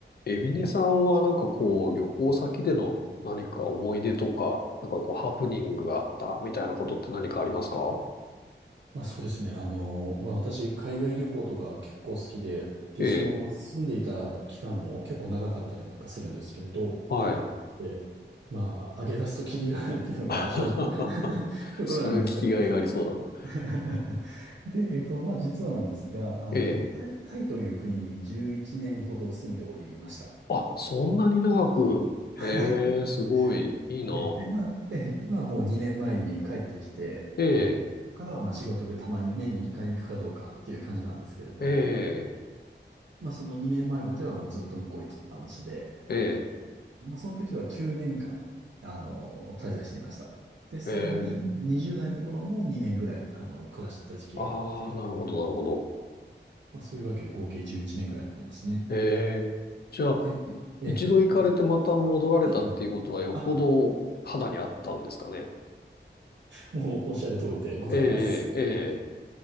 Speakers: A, on the left; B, on the right.
A: エミネさんはなんかこう、旅行先での何か思い出とか、なんかこう、ハプニングがあったみたいなことって何かありますか
B: まあそうですね。あの、まあ私、海外旅行とか結構好きで、で、
A: ええ、
B: そのまま住んでいた期間も結構長かったりなんかするんですけれど、
A: はい。
B: で、まあ、上げ出すとキリがないっていうのが正直な
A: <laughs>
B: <laughs> ところなんですよ。
A: それは聞きがいがありそうだな。
B: <laughs> で、えっと、まあ実はなんですが、あの、
A: ええ。
B: タイ、タイという国に11年ほど住んでおりました。
A: あ、そんなに長く。へえ、
B: はい。
A: すごい、
B: <laughs>
A: いいな。
B: えで、まあ、え、今はもう2年前に帰ってきて、
A: ええ、
B: え、ここからはまあ仕事でたまに年に1回行くかどうかっていう感じなんですけれども、
A: ええ、
B: まあ、その2年前まえまではもうずっと向こう行きっぱなしで、
A: え
B: まあ、その時は9年間、あの、滞在していました。で、さらに20代の頃も2年ぐらい、
A: え、ええ。
B: あの、暮らしていた時期があって、
A: ああ、なるほど、なるほど。
B: まあ、そういうわけで合計11年ぐらいになりますね。
A: ええ。じゃあ、
B: で、まあ、ええ、
A: 一度行かれてまた戻られたっていうことはよっぽど肌にあったんですかね
B: まあ、いいあ、もうおっしゃる通りでございます。
A: ええ、ええ、